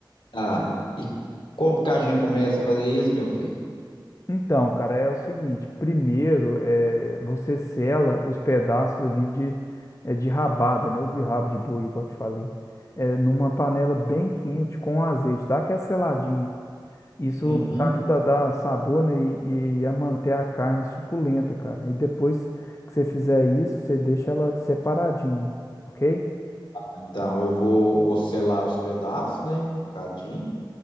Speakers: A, on the left; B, on the left.
A: Tá. E como que a gente começa a fazer isso, meu filho?
B: Então, cara, é o seguinte: primeiro, é, você sela os pedaços ali de, é, de rabada, né? Ou de rabo de boi, igual eu te falei, é, numa panela bem quente com azeite, dá aquela seladinha. Isso
A: Uhum.
B: ajuda a dar sabor, né? E, e a manter a carne suculenta, cara. E depois que você fizer isso, você deixa ela separadinha, ok?
A: Então, eu vou, vou selar os pedaços, né? Picadinho.